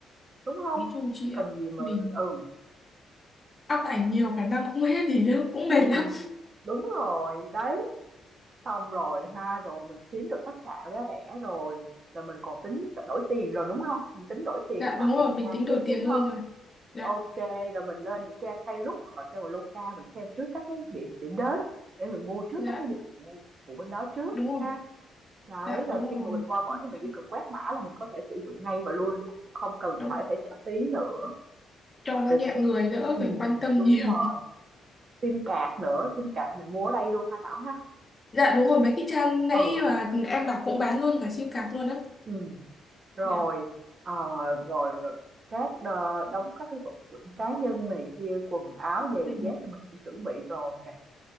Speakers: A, on the right; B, on the left.
A: Đúng không
B: nói chung chị
A: Cần
B: ạ
A: gì mà
B: mình
A: ừ,
B: up ảnh nhiều cả năm không hết thì nó cũng
A: <laughs>
B: mệt lắm
A: đúng rồi, đấy, xong rồi ha, rồi mình kiếm được khách sạn giá rẻ rồi, rồi mình còn tính đổi tiền rồi, đúng không Mình tính đổi tiền
B: dạ
A: tại
B: đúng rồi
A: Việt
B: mình
A: Nam
B: tính
A: trước,
B: đổi tiền
A: đúng
B: luôn
A: không
B: rồi dạ
A: ok rồi mình lên những trang Klook hoặc là Traveloka mình xem trước các cái điểm điểm đến để mình mua trước
B: dạ
A: các cái dịch vụ của bên đó trước
B: đúng rồi
A: ha. Đấy,
B: dạ
A: rồi
B: đúng
A: khi
B: rồi
A: mà mình qua bển
B: Ok,
A: thì mình chỉ cần quét mã là mình có thể sử dụng ngay và luôn luôn, không cần
B: đúng
A: phải
B: rồi.
A: phải trả phí nữa,
B: cho nó
A: rồi
B: nhẹ
A: sim
B: người đỡ
A: ừ
B: phải quan tâm
A: đúng
B: nhiều
A: rồi. Sim card nữa, sim card mình mua ở đây luôn hả Thảo ha?
B: dạ đúng rồi mấy cái trang nãy
A: Ừ,
B: mà em bảo cũng bán luôn cả sim card luôn á
A: ừ rồi,
B: dạ
A: ờ, rồi các đ đóng các cái vật dụng cá nhân này kia, quần áo, giày
B: Ừ.
A: dép thì mình cũng chuẩn bị rồi nè.